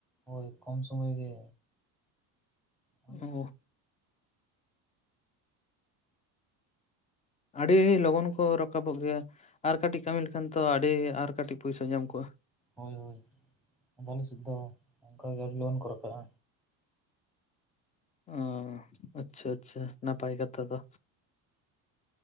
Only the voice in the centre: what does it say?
ᱦᱳᱭ ᱠᱚᱢ ᱥᱚᱢᱚᱭ ᱜᱮ <unintelligible>
ᱦᱳᱭ ᱦᱳᱭ ᱟᱞᱮᱥᱮᱫ ᱫᱚ ᱚᱱᱠᱟᱜᱮ ᱟᱹᱰᱤ ᱞᱚᱜᱚᱱ ᱠᱚ ᱨᱟᱠᱟᱵᱼᱟ᱾